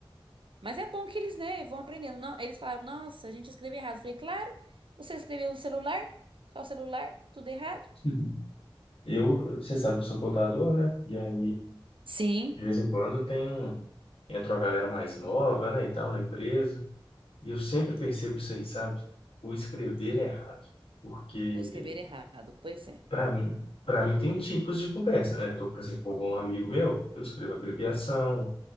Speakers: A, on the right; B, on the left.
A: Mas é bom que eles, né, vão aprendendo. Não, eles falavam, nossa, a gente escreveu errado. Eu falei, claro, você escreveu no celular, só celular, tudo errado.
B: né? Eu, você sabe que eu sou contador, né? E aí,
A: Sim,
B: de vez em quando, tem um, entra uma galera mais nova, né, e tal, na empresa. E eu sempre percebo isso aí, sabe? O escrever é errado. Porque,
A: eu escrever errado, pois é.
B: para mim, para mim tem tipos de conversa, né? Eu tô conversando com algum amigo meu, eu escrevo abreviação,